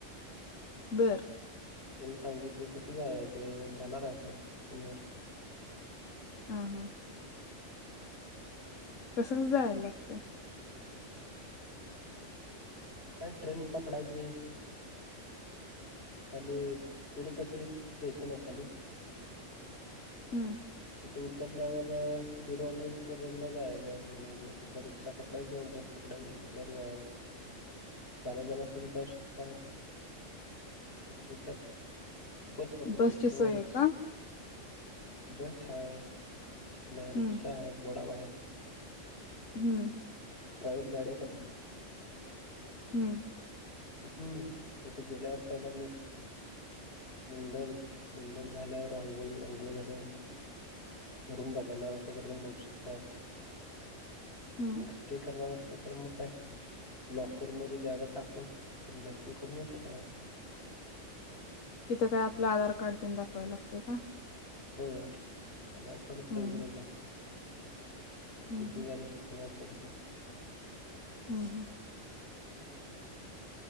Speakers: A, on the left; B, on the left.
A: बर
B: त्यांनी सांगितलं तसं जायचं जाणार आहे आता पंधरा......
A: हम्म हम्म.....
B: <inaudible>
A: तसंच जायला लागते....
B: काय ट्रेन पकडायची. खाली तिरुपती स्टेशन आहे खाली
A: हम्म
B: ते उतरल्यावर तिरुवअनंतपुरमला जायचंय म्हणायचं त्या रिक्षा पकडाय किंवा बस पकडायची वर जायचं, चालत जाणार असाल तर जाऊ शकताय नसल तर..... बस पकडुन
A: बसची
B: किंवा
A: सोय आहे
B: रिक्षा
A: का
B: बस हाय नाही रिक्षा
A: हम्म
B: आहेत वडाप आहेत.
A: हम्म
B: प्रायव्हेट गाड्या पण आहेत.
A: हम
B: हम्म तिथ गेल्यावर पहिला मग मुंडन, मुंडन झाल्यावर आंघोळ झाल्यावर रूम बघणार असा तर रूम बघू शकताय.
A: हम्म
B: मग स्टे करणार अस... तर मग काय लॉकर मध्ये बॅगा टाकून तुम्ही दर्शन करून येऊ शकताय
A: तिथं काय आपलं आधार कार्ड तेन दाखवायला लागतं. का?
B: होय आधार कार्ड सगळीकडेच
A: हम्म
B: लागते
A: हम्म
B: चेकिंग
A: हम्म
B: झाल्याशिवाय कोणाला सोडत.... <unintelligible>
A: हम्म हम्म
B: <unintelligible>